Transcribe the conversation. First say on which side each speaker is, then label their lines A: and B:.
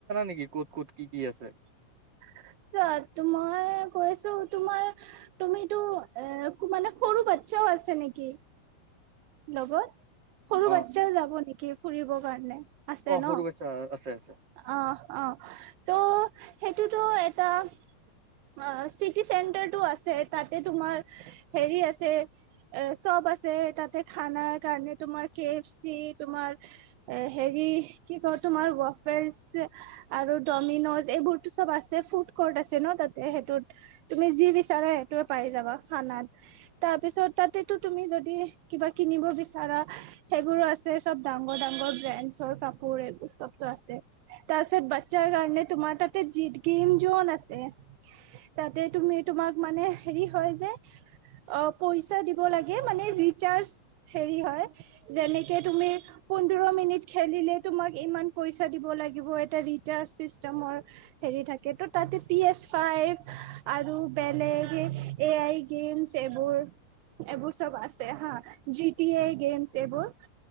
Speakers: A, on the right (about 40°); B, on the right (about 85°).
A: নেকি ক'ত ক'ত কি কি আছে?
B: মই কৈছো তোমাৰ তুমিতো এ মানে সৰু বাচ্ছাও আছে নেকি লগত? সৰু
A: অ
B: বাচ্ছাও যাব নেকি? ফুৰিবৰ কাৰণে? আছে
A: অ
B: ন
A: সৰু বাচ্ছা আছে আছে
B: অ, অ, ত' সেইটোতো অ চিটি চেণ্টাৰটো আছে তাতে তোমাৰ হেৰি আছে চব আছে তাতে খানাৰ কাৰণে তোমাৰ কে এফ চি তোমাৰ হেৰি কি কই তোমাৰফেচ ৱাফাৰ্ছ আৰু ডমিনজ এইবোৰতো চব আছে। ফুড ন তাতে সেইটোত তুমি যি বিচাৰা সেইটোে পাই যাবা খানাত কোড আছে ন তাতে হৈটোত যি তুমি যদি বিচাৰা সেই টোৱে পই যাবা খনাত আছে চব ডাৰ ডাৰ ব্ৰেডৰ কাপোৰ এইবোৰবো আছে তাৰ পিছত বাচ্ছাৰ কাৰণে তোমাৰ তাতে। কিয় নাচে তাতে তুমি তোমাক মানে হেৰি হয় যে অ পইচা দিব লাগে মানে ৰিচাৰ্জ হেৰি হয়। যেনেকে তুমি পোন্ধৰ মিনিট খেলিলেই তোমাক ইমান পইচা দিব লাগিব এটা ৰিচাৰ্জ ছিষ্টেমৰ হেৰি থাকে। ত, তাতে পি এচ ফাইভ, আৰু বেলেগ এ আই গেমছ এইবোৰ। এইবোৰ চব আছে হা, জি টি আই গেমছ এইবোৰ।